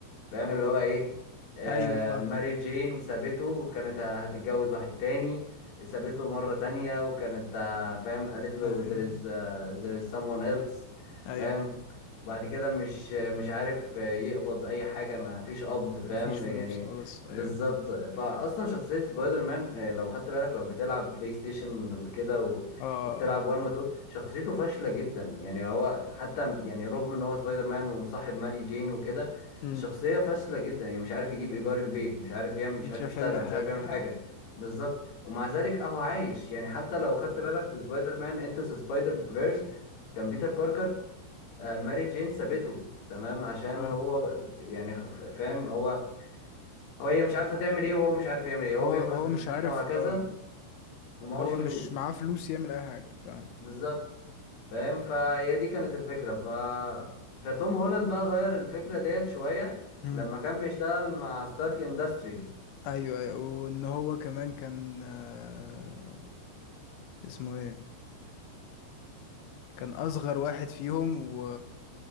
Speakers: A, on the left; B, on the left.
A: فاهم اللي هو ايه آه
B: ايوه فاهم
A: ماري جين سابته وكانت ه- هتتجوز واحد تاني سابته مرة تانية وكانت آه، فاهم قالت له
B: ايوه
A: there is آه, there is someone else
B: ايوه
A: فاهم وبعد كده مش مش عارف آه، يقبض اي حاجة ما فيش قبض فاهم
B: مفيش فلوس
A: يعني
B: خلاص ايوه
A: بالظبط فاصلا شخصية سبايدر مان آه، لو خدت بالك لو بتلعب بلاي ستيشن كده و...
B: اه
A: وبتلعب 1 و 2 شخصيته فاشلة جدا يعني هو حتى يعني رغم ان هو سبايدر مان ومصاحب ماري جين وكده
B: امم
A: شخصية فاشلة جدا يعني مش عارف يجيب إيجار البيت مش عارف يعمل مش
B: انت
A: عارف
B: مش عارف
A: يشتغل
B: يعمل اي
A: مش
B: حاجه
A: عارف يعمل
B: اه
A: حاجة بالظبط ومع ذلك أهو عايش يعني حتى لو خدت بالك في سبايدر مان انتو سبايدر فيرس كان بيتر باركر آه، ماري جين سابته تمام عشان
B: اه
A: هو يعني خ- فاهم هو هو هي مش عارفة تعمل إيه وهو مش عارف يعمل إيه هو
B: هو
A: بينقذ
B: هو
A: المدينة
B: مش عارف
A: وهكذا
B: اه
A: ومعهوش
B: هو
A: فلوس
B: مش معاه فلوس يعمل اي حاجه فاهم
A: بالظبط فاهم فهي دي كانت الفكرة ف فتوم هولاند بقى غير الفكرة ديت شوية
B: مم.
A: لما كان بيشتغل مع ستارك اندستريز
B: ايوه ايوه وان هو كمان كان آه اسمه ايه كان اصغر واحد فيهم و